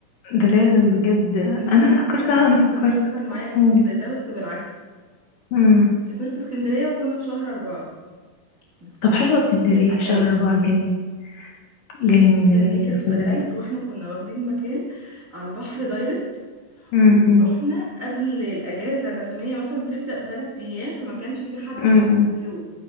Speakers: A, on the left; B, on the right.
A: ده لازم بجد
B: انت
A: انا
B: ايوه عندك
A: فكرتها
B: عارفة أنا
A: انا فكرت
B: أنا حصل معايا موقف
A: قولي
B: زي ده بس بالعكس
A: أم.
B: سافرت اسكندرية وكنا في شهر أربعة واسكندرية
A: طب حلوة اسكندرية
B: بتبقى
A: في
B: تلج
A: شهر أربعة جميل
B: هي
A: جميلة
B: الفكرة
A: جميلة
B: ان هي كانت
A: اسكندرية
B: بتبقى تلج واحنا كنا واخدين مكان على البحر دايركت
A: أم
B: ورحنا
A: أم.
B: قبل الاجازه الرسميه مثلا بتبدا بثلاث ايام فما كانش في حد
A: امم
B: الدنيا
A: امم
B: هو